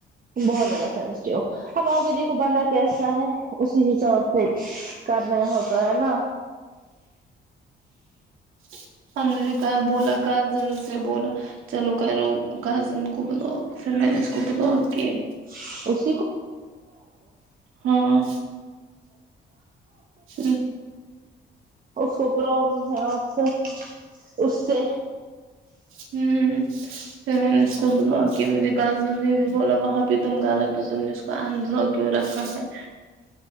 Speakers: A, on the right; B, on the right.
A: بہت زبردست اب اگے دیکھو بندہ ایسا ہے اسی حساب سے کا نیا ہوتا ہے نا
B: <unintelligible> سے بولا چلو کرو گا ان کو بلاک پھر میں نے اس کو بلاک کیا
A: <unintelligible> <unintelligible> <unintelligible> اس
B: ہاں پھر
A: کو پرابلم ہے اپ سے اس سے
B: <unintelligible>